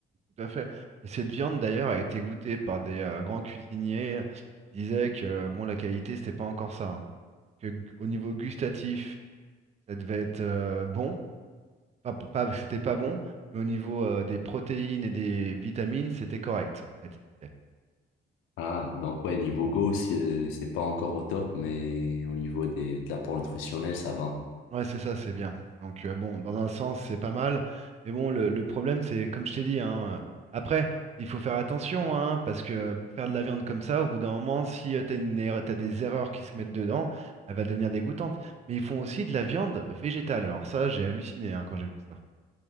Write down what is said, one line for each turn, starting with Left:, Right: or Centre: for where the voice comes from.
Right: Tout à fait. Et cette viande d'ailleurs a été goûtée par des euh, grands cuisiniers. Ils disaient que euh, bon, la qualité, c'était pas encore ça. hein. Que gu- au niveau gustatif, ça devait être euh, bon. Pas, pas, pas que c'était pas bon, mais au niveau euh, des protéines et des vitamines, c'était correct. En fait, ils disaient.
Left: Ah, donc ouais, niveau Go, c'est c'est pas encore au top, mais au niveau des, de l'apport nutritionnel, ça va.
Right: Ouais, c'est ça, c'est bien. Donc, euh, bon, dans un sens, c'est pas mal. Mais bon, le, le problème, c'est, comme je t'ai dit, hein, euh, après, il faut faire attention, hein, parce que faire de la viande comme ça, au bout d'un moment, si tu t'as une erreur- t'as des erreurs qui se mettent dedans, elle va devenir dégoûtante. Mais ils font aussi de la viande végétale. Alors ça, j'ai halluciné, hein, quand j'ai vu ça.